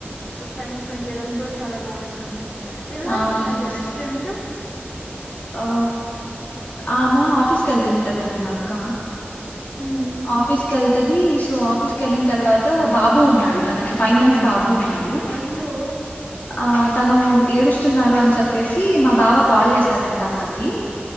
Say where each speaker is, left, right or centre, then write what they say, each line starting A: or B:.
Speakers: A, on the left; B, on the left.
A: టైమ్ స్పెండ్ చేయడం కూడా చాలా బాగుంటుంది. ఎలా
B: అవునండి
A: అయ్యింది అండి ఆక్సిడెంట్
B: ఆ ఆ మ ఆఫీస్కి వెళ్తుంటదండి అక్క
A: హ్మ్.
B: ఆఫీస్ కల్సి ది సో ఆఫీస్ క వెళ్ళిన తర్వాత బాబు ఉన్నాడు, తనకి ఫైవ్ మంత్స్ బాబు ఉన్నాడు. రు
A: అయ్యో!
B: ఆ తను ఏడుస్తున్నాడు అని చెప్పేసి మా బావ కాల్ చేశారుండి. టాస్కికి